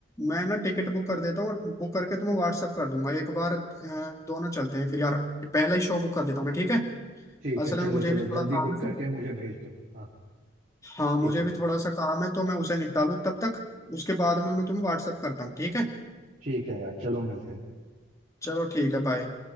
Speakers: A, on the left; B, on the right.
A: मैं ना टिकट बुक कर देता हूँ और बुक करके तुम्हें व्हाट्सअप कर दूंगा एक बार अ, दोनों चलते हैं फिर यार पहला ही शो बुक कर देता हूँ मैं ठीक है
B: ठीक
A: असल
B: है चलो
A: में मुझे
B: चलो
A: भी थोड़ा
B: जल्दी
A: काम
B: बुक
A: है
B: करके
A: फिर
B: मुझे भेज दो हाँ
A: हाँ
B: ठीक
A: मुझे
B: है
A: भी थोड़ा सा काम है तो मैं उसे निपटा लूँ तब तक उसके बाद में मैं तुम्हें व्हाट्सअप करता हूँ ठीक है
B: ठीक है यार चलो मिलते हैं
A: चलो ठीक है बाय